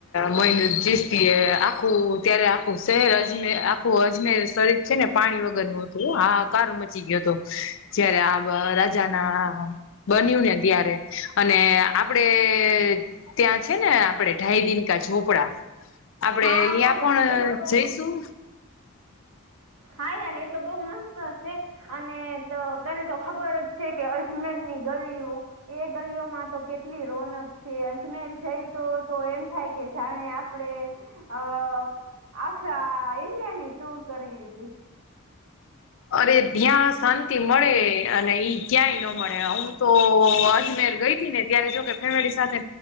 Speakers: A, on the left; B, on the right.
A: મન જીસ્તી એ આખું ત્યારે આખું શહેર અજમે આખું અજમેર શરીર છે ને પાણી વગર નું હતું આ કાર મચી ગયો હતો. જયારે આ રાજા ના બન્યું ને ત્યારે અને આપડે ત્યાં છે ને આપડે ઢાઈ દિનકા ઝોપડા આપડે
B: હા
A: અહિયાં
B: યાર
A: પણ
B: એ તો બહુ
A: જઈશું
B: હા યાર એ તો બહુ મસ્ત છે. અને તો તને તો ખબર જ છે કે અજમેરની ગલીઓ એ ગલીઓમાં તો કેટલી રોનક છે અજમેર જઈ તો તો એમ થાય કે જાણે આપ આપણે અ આખા ઇન્ડિયાની ટુર કરી લીધી.
A: અરે ધ્યાં શાંતિ મળે અને ઈ ક્યાંય ન મળે હું તો અજમેર ગઈ હતી ને. ત્યારે જોકે ફેમિલી સાથે